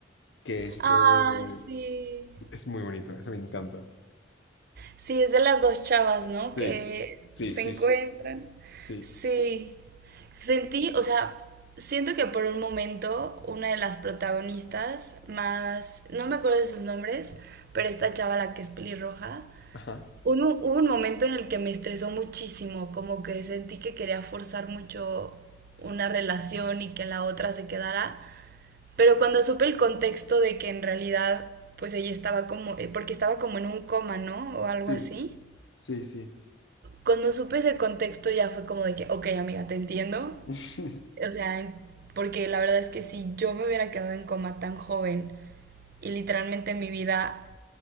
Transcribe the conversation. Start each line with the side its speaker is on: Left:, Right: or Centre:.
Left: que es
Right: Ah,
Left: de...
Right: sí.
Left: Es muy bonito, ese me encanta.
Right: Sí, es de las dos chavas, ¿no?
Left: Sí,
Right: Que
Left: sí,
Right: se
Left: sí,
Right: encuentran.
Left: sí. sí.
Right: Sí. Sentí, o sea, siento que por un momento una de las protagonistas, más, no me acuerdo de sus nombres, pero esta chava la que es pelirroja,
Left: <laughs> Ajá.
Right: un mo- hubo un momento en el que me estresó muchísimo, como que sentí que quería forzar mucho una relación y que la otra se quedara. Pero cuando supe el contexto de que en realidad, pues ella estaba como, eh, porque estaba como en un coma, ¿no? O algo
Left: Sí,
Right: así.
Left: sí, sí.
Right: Cuando supe ese contexto ya fue como de que, ok, amiga, te entiendo.
Left: <laughs>
Right: O sea, porque la verdad es que si yo me hubiera quedado en coma tan joven y literalmente mi vida,